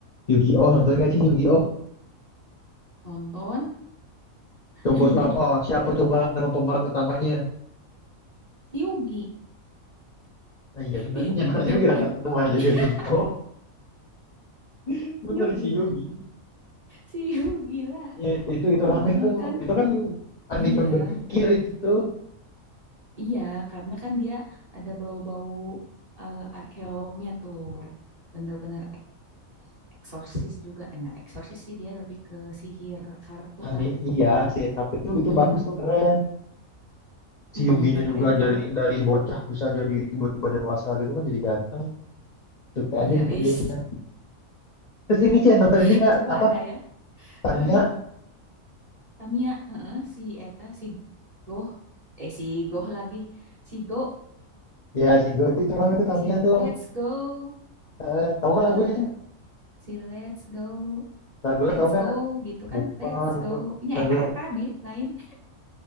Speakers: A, on the left; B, on the right.
A: Yu-Gi-Oh, nonton
B: Mm-mm.
A: gak sih Yu-Gi-Oh?
B: Nonton. <laughs>
A: Coba siapa? Siapa coba nama pemeran utamanya?
B: Si Yugi.
A: Oh, iya
B: <laughs>
A: bener, iya bener
B: Bener
A: Yugi
B: kan?
A: lah, namanya
B: <laughs>
A: juga Yugi. Oh <laughs>
B: Si
A: bener
B: Yugi
A: si Yugi.
B: lah. Si Yugi lah.
A: Ya, itu itu
B: Heeh,
A: rame tuh,
B: kan?
A: itu kan anime
B: Iya.
A: berpikir itu tuh.
B: Iya, karena kan dia ada bau-bau eh, arkeolognya tuh. Bener-bener ek- eksorsis juga. Eh, enggak eksorsis sih, dia lebih ke sihir kartu
A: Ani
B: lah.
A: iya si sirkup itu
B: Mm-mm.
A: itu bagus tuh keren. Si
B: Mm-mm.
A: Yuginya
B: Keren-keren.
A: juga dari dari bocah bisa jadi tiba-tiba dewasa gitu kan jadi ganteng. Suka
B: Iya,
A: aja gitu
B: is.
A: liatnya. Terus ini Cen, nonton
B: <laughs>
A: ini nggak
B: Coba
A: apa
B: ada ya.
A: Tamiya
B: Heeh. Tamiya, heeh, si Eta, si Goh. Eh, si Goh lagi. Si Go,
A: ya si Go itu, itu rame tuh Tamiya
B: si
A: tuh.
B: Let's Go.
A: Eh, tahu nggak
B: Heeh.
A: lagunya Cen?
B: si let's go
A: Lagunya
B: let's
A: tahu nggak?
B: go gitu kan
A: Bukan
B: let's go
A: lagu
B: nya
A: lagu
B: eta eta bi lain